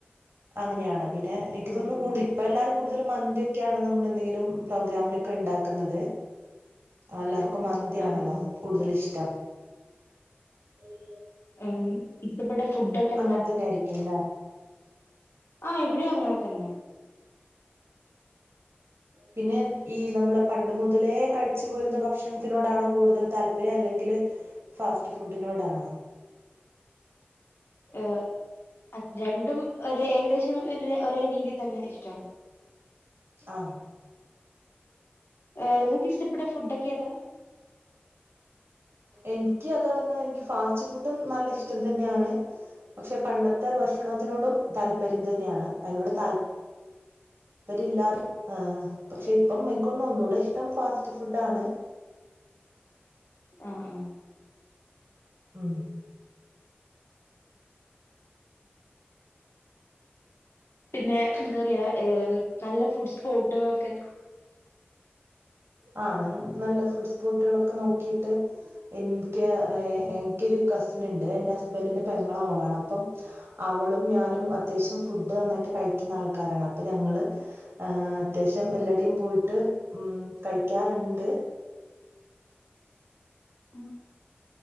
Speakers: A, on the right; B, on the left.
A: അങ്ങനെയാണ് പി- ഏ.. എനിക്ക്
B: ആഹ്
A: തോന്നുന്നു
B: ആഹ്
A: കൂടുതൽ ഇപ്പൊല്ലാവരും കൂടുതലും മന്തിയൊക്കെയാണ് നമ്മളെന്തെങ്കിലും പ്രോഗ്രാമിനൊക്കെയുണ്ടാക്കുന്നത്, ആണല്ലേ അപ്പം മന്തിയാണല്ലോ
B: ആഹ്
A: കൂടുതലിഷ്ടം. വലിയ
B: ഉം.. ഇഷ്ടപ്പെട്ട ഫുഡൊക്കെ എന്താ?
A: അങ്ങനെ തന്നെ ആയിരിക്കും ല്ലേ
B: ആഹ് ഇവിടെയും അങ്ങനെ തന്നെ
A: പിന്നെ ഈ നമ്മള് പണ്ടുമുതലേ കഴിച്ചു പോരുന്ന ഭക്ഷണത്തിനോടാണോ കൂടുതൽ താല്പര്യം, അല്ലെങ്കിൽ ഫാസ്റ്റ് ഫുഡിനോടാണോ
B: ഏ.. അത്‌ലറ്റ് <unintelligible> രണ്ടും ഏകദേശം ഒരേ, ഒരേ രീതിയിൽ തന്നെയിഷ്ടാ
A: ആ..
B: ഏ.. നിങ്ങൾക്കിഷ്ടപ്പെട്ട ഫുഡൊക്കെയേതാ?
A: എനിക്കതാ പറഞ്ഞെ എനിക്ക് ഫാസ്റ്റ്ഫുഡും നല്ലയിഷ്ടംതന്നെയാണ്. പക്ഷേ പണ്ടത്തെ ഭക്ഷണത്തിനോടും താൽപര്യം തന്നെ ആണ് അതിനോട് താൽപ്പര്യംയില്ല <unintelligible> പക്ഷെ എനിക്ക് തോനുന്നു ഒന്നുടെ ഇഷ്ടം ഫാസ്റ്റ് ഫുഡ്‌ ആണ്
B: അ.. അ..
A: ഉം..
B: പിന്നെ, എന്താപറയാ ഏ.. നല്ല ഫുഡ്സ്പോട്ടു കളൊക്കെ.
A: ആ.. ഞാൻ നല്ല ഫുഡ്സ് പോട്ടുകളൊക്കെ, നോക്കിയിട്ട് എനിക്ക്, എനിക്കൊരു കസിനുണ്ട് എന്റെ ഹസ്ബൻഡിന്റെ പെങ്ങടെ മോളാണ് അപ്പം- അവളും ഞാനും അത്യാവശ്യം ഫുഡ് നന്നായി ട്ട് കഴിക്കുന്ന ആൾക്കാരാണ് അപ്പം ഞങ്ങള് അത്യാവശ്യം എല്ലാവിടേയും പോയിട്ട് ഉം കഴിക്കാറുണ്ട്.
B: ഉം